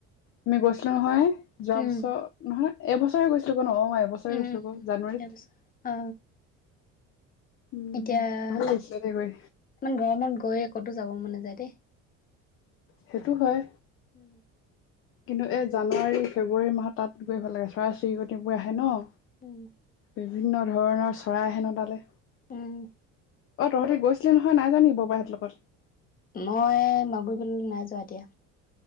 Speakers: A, on the left; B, on the left.
A: আমি গৈছিলো নহয় যোৱা
B: উম
A: বছৰ নহয় এবছৰে গৈছিলো। অ' এবছৰে
B: উম
A: গৈছিলো
B: উম
A: আকৌ জানুৱাৰীত।
B: তাৰপিছত অ
A: উম
B: এতিয়া ইমান
A: ভাল লাগিছিলে দে গৈ
B: গৰমত গৈ কতো যাব মন নাযায় দেই।
A: সেইটো হয়।
B: উম
A: কিন্তু এই জানুৱাৰী ফেব্ৰুৱাৰী মাহত তাত গৈ ভাল লাগে চৰাই চিৰিকটিবোৰ আহে ন'।
B: উম।
A: বিভিন্ন ধৰণৰ চৰাই আহে ন' তালে।
B: উম।
A: অ' তহঁতি গৈছিলি নহয় নাই যোৱা নেকি ববাহঁতৰ লগত?
B: মই মাগুৰি বিললৈ নাই যোৱা দিয়া।